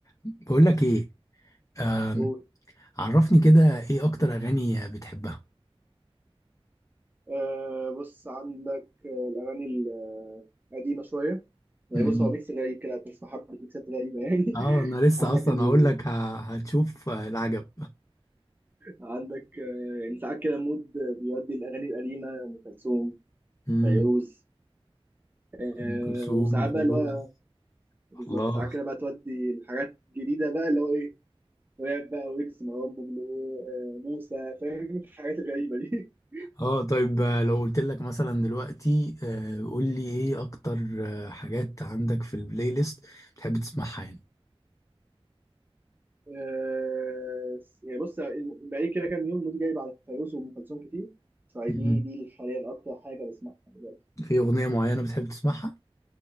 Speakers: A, on the left; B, on the right.
A: بقول لك ايه آم،
B: قول
A: عرفني كده ايه اكتر اغاني بتحبها
B: آه بص عندك آه، الأغاني القديمة شوية يعني
A: مم.
B: بص هو ميكس غريب كده هتسمع حبة ميكسات غريبة يعني
A: اه
B: <laughs>
A: انا لسه
B: عندك
A: اصلا
B: ال...
A: هقول لك ه- هتشوف آه، العجب
B: عندك آه، يعني ساعات كده مود بيودي الأغاني القديمة أم كلثوم
A: مم.
B: فيروز آه
A: ام كلثوم
B: وساعات
A: وفيروز
B: بقى اللي هو بالظبط
A: الله
B: ساعات كده بقى تودي الحاجات الجديدة بقى اللي هو إيه راب بقى ويجز مروان بابلو آه موسى فاهم الحاجات الغريبة دي <laughs>
A: اه طيب آه، لو قلت لك مثلا دلوقتي آه، قول لي ايه اكتر آه، حاجات عندك في البلاي ليست بتحب تسمعها يعني
B: آه، يعني بص الم- بقالي كده كام يوم مودي جايب على فيروز وأم كلثوم كتير فدي
A: مم.
B: دي حاليا أكتر حاجة بسمعها دلوقتي
A: في اغنية معينة بتحب تسمعها